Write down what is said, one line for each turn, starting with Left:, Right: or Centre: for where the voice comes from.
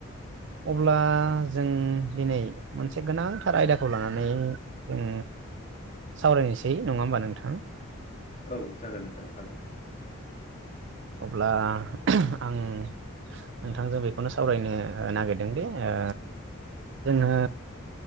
Right: अब्ला जों दिनै मोनसे गोनांथार आयदाखौ लानानै जों सावरायनोसै नङा होमबा नोंथाङा।
Left: औ जागोन नोंथां हागोन
Right: अब्ला आं नोंथांजो बेखौनो सावरायनो ओ नागिरदोंदि ओ जोङो